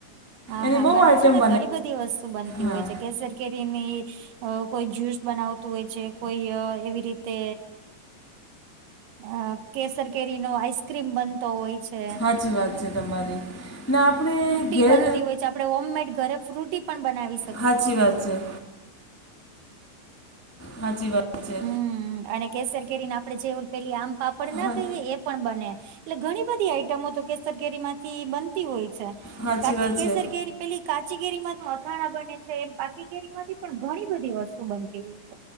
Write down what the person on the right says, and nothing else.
હા
હા
બને
છે ને ઘણી બધી વસ્તુ બનતી
હોય છે કેસર કેરી ની અ કોઈ જ્યુસ બનાવતું હોય છે કોઈ એવી રીતે અ કેસર કેરી નો આઈસ્ક્રીમ બનતો હોય છે.
ફ્રૂટી
બનતી હોય છે આપણે હોમમેડ ઘરે ફ્રૂટી પણ બનાવીશ
હમ અને કેસર કેરીને આપડે જેવ પેલી આમ પાપડ ના
કહીએ એ પણ બને એટલે ઘણી બધી આઈટમો તો કેસર કેરી માંથી બનતી હોય છે.
કાચી
કેસરી
કેરી પેલી કાચી કેરી માં અથાણા બને છે એ પાકી કેરી માંથી પણ ઘણી બધી વસ્તુ બનતી હોય છે.